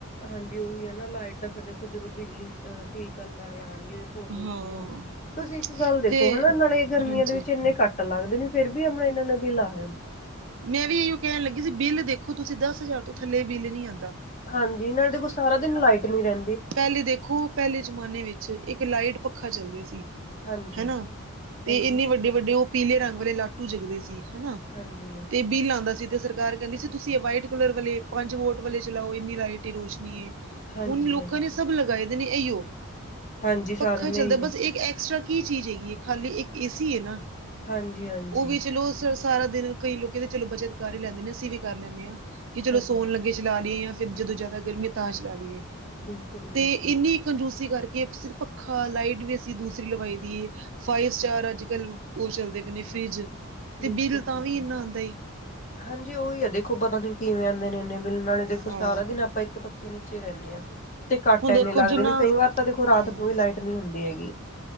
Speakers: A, on the left (about 35°); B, on the right (about 60°).
A: ਹਾਂਜੀ ਓਈ ਹੈ ਨਾ, ਲਾਈਟ ਤਾਂ ਫਿਰ ਦੇਖੋ ਜਦੋਂ ਬਿਜਲੀ ਅ ਠੀਕ ਕਰਨ ਆਲੇ ਆਣਗੇ ਓਦੋਂ ਈ
B: ਹਾਂ
A: ਸਈ ਹੋਊਗੀ, ਤੁਸੀਂ ਇੱਕ ਗੱਲ ਦੇਖੋ
B: ਤੇ
A: ਹਨਾ, ਨਾਲੇ ਗਰਮੀਆਂ
B: ਹਾਂਜੀ
A: ਦੇ ਵਿੱਚ ਏਨੇ ਕੱਟ ਕੱਟ ਲੱਗਦੇ ਨੇ ਫਿਰ ਵੀ ਅਪਨਾ ਇਨਾਂ-ਇਨਾਂ ਬਿਲ ਆ ਜਾਂਦਾ ਐ।
B: ਮੈਂ ਵੀ ਐਈਓ ਕਹਿਣ ਲੱਗੀ ਸੀ, ਬਿੱਲ ਦੇਖੋ ਤੁਸੀਂ ਦਸ ਹਜ਼ਾਰ ਤੋਂ ਥੱਲੇ ਬਿੱਲ ਨੀ ਆਂਦਾ।
A: ਹਾਂਜੀ, ਨਾਲੇ ਦੇਖੋ ਸਾਰਾ ਦਿਨ ਲਾਈਟ ਨੀ ਰਹਿੰਦੀ।
B: ਪਹਿਲੇ ਦੇਖੋ, ਪਹਿਲੇ ਜ਼ਮਾਨੇ ਵਿੱਚ ਇੱਕ ਲਾਈਟ, ਪੱਖਾ ਚੱਲਦੇ ਸੀ।
A: ਹਾਂਜੀ
B: ਹਨਾ, ਤੇ
A: ਹਾਂਜੀ।
B: ਇੰਨੇ
A: ਹਾਂਜੀ
B: ਵੱਡੇ-ਵੱਡੇ, ਓ ਪੀਲੇ ਰੰਗ ਵਾਲੇ ਲਾਟੂ ਜਗਦੇ ਸੀ, ਹਨਾ?
A: ਹਾਂਜੀ।
B: ਤੇ ਬਿੱਲ ਆਂਦਾ ਸੀ ਤੇ ਸਰਕਾਰ ਕਹਿੰਦੀ ਸੀ ਤੁਸੀਂ ਐ ਵਾਈਟ ਕਲਰ ਵਾਲੇ ਪੰਜ ਵੋਟ ਵਾਲੇ ਚਲਾਓ ਇੰਨੀ ਲਾਈਟ, ਰੋਸ਼ਨੀ ਏ
A: ਹਾਂਜੀ
B: ਹੁਨ ਲੋਕਾਂ ਨੇ ਸਭ ਲਗਾਏ ਦੇ ਨੇ ਏਈਓ।
A: ਹਾਂਜੀ ਸਾਰਿਆਂ
B: ਪੱਖਾ
A: ਦੇ
B: ਚੱਲਦਾ,
A: ਹੀ ਨੇ
B: ਬਸ ਏਕ ਐਕਸਟਰਾ ਕੀ ਚੀਜ਼ ਹੈਗੀ ਏ? ਖਾਲੀ ਇੱਕ ਏਸੀ ਏ ਨਾ,
A: ਹਾਂਜੀ ਹਾਂਜੀ।
B: ਓ ਵੀ ਚਲੋ ਸਾਰਾ ਦਿਨ ਕਈ ਲੋਕ ਤੇ ਚਲੋ ਬਚਤ ਕਰ ਹੀ ਲੈਂਦੇ ਨੇ, ਅਸੀਂ ਵੀ ਕਰ ਲੈਂਨੇ ਆਂ ਕਿ ਚਲੋ
A: ਹਾਂਜੀ
B: ਸੋਨ ਲੱਗੇ ਚਲਾ ਲਈਏ ਯਾ ਫਿਰ ਜਦੋਂ ਜ਼ਿਆਦਾ ਗਰਮੀ, ਤਾਂ ਚਲਾ ਲਈਏ
A: ਬਿਲਕੁਲ ਬਿਲਕੁਲ
B: ਤੇ ਇੰਨੀ ਕੰਜੂਸੀ ਕਰਕੇ ਸਿਰਫ਼ ਪੱਖਾ, ਲਾਈਟ ਵੀ ਅਸੀਂ ਦੂਸਰੀ ਲਵਾਈ ਦੀ ਏ, ਫਾਈਵ ਸਟਾਰ ਅੱਜ ਕੱਲ ਓ ਚੱਲਦੇ ਪਏ ਨੇ ਫਰਿਜ ਤੇ
A: ਬਿਲਕੁਲ
B: ਬਿੱਲ
A: ਬਿਲਕੁਲ।
B: ਤਾਂ ਵੀ ਇੰਨਾ ਹੀ
A: ਹਾਂਜੀ ਓਈ ਐ ਦੇਖੋ, ਪਤਾ ਨੀ ਕਿਵੇਂ ਆਂਦੇ ਨੇ ਇੰਨੇ ਬਿੱਲ ਨਾਲੇ ਦੇਖੋ
B: ਹਾਂ
A: ਸਾਰਾ ਦਿਨ ਆਪਾਂ ਪੱਖੇ ਨੀਚੇ ਰਹਿੰਨੇ ਆਂ ਤੇ ਕੱਟ
B: ਹੁਣ
A: ਇੰਨੇ
B: ਦੇਖੋ
A: ਲੱਗਦੇ
B: ਜਿੰਨਾ
A: ਨੇ, ਕਈ ਵਾਰ ਤਾਂ ਦੇਖੋ ਰਾਤ
B: ਹਾਂ
A: ਨੂੰ ਵੀ ਲਾਈਟ ਨੀ ਹੁੰਦੀ ਹੈਗੀ।